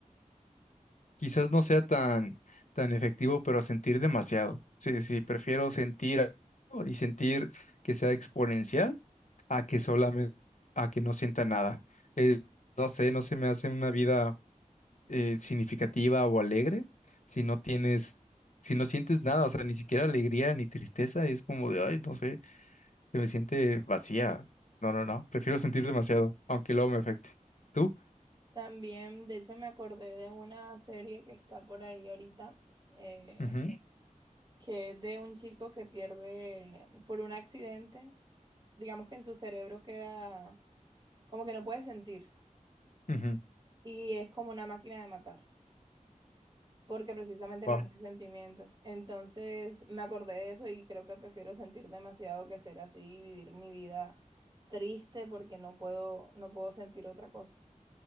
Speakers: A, on the left; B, on the right.
A: quizás no sea tan, tan efectivo, pero a sentir demasiado. Sí, sí, prefiero sentir algo y sentir que sea exponencial a que solamente, a que no sienta nada. Eh, no sé, no se me hace una vida eh, significativa o alegre, si no tienes, si no sientes nada, o sea, ni siquiera alegría ni tristeza, es como de, ay, no sé, se me siente vacía. No, no, no, prefiero sentir demasiado, aunque luego me afecte. tú
B: También, de hecho, me acordé de una serie que está por ahí ahorita, eh,
A: Ujú,
B: que es de un chico que pierde por un accidente, digamos que en su cerebro queda como que no puede sentir
A: ujú,
B: y es como una máquina de matar. porque precisamente
A: wao.
B: no tiene sentimientos. Entonces me acordé de eso y creo que prefiero sentir demasiado que ser así, vivir mi vida triste porque no puedo, no puedo sentir otra cosa.